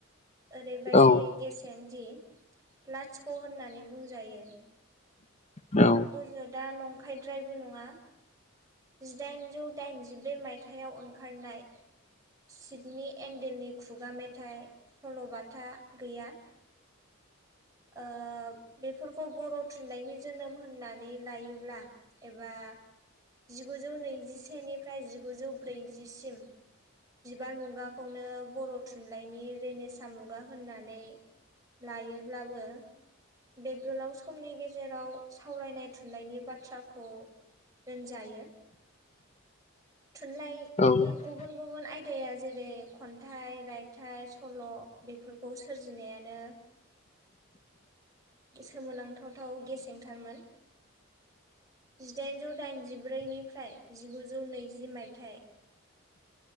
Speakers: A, on the right (about 15°); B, on the left (about 30°).
A: ओरैबायदि
B: औ
A: गेसें दि लाथिख' होननानै बुंजायो
B: औ
A: ज दा नंखायद्रायबो नङा जिदायन जौ दायन जि ब्रै मायथाइयाव खारनाय सिदनि एन्डेलनि खुगा मेथाइ सल'बाथा गैया ओ बेफोरखौ बर' थुनलाइनि जोनोम होननानै लायोब्ला एबा जिगुजौ नैजिसेनिफ्राय जिगुजौ ब्रैजिसिम बिबार मुगाखौनो बर' थुनलाइनि रेनेसा मुगा होननानै लायोब्लाबो बे गोलाव समनि गेजेराव सावरायनाय थुनलायनि बाथ्राखौ रोंजायो थुनलाइ
B: औ
A: गुब गुबुन गुबुन आयदाया जेरै खन्थाइ रायथाइ सल' बेफोरखौ सोरजिनायानो सोमोनांथावथाव गेसेंथारमोन जिदाइनजौ दाइनजिब्रैनिफ्राय जिगुजौ नैजि मायथाइ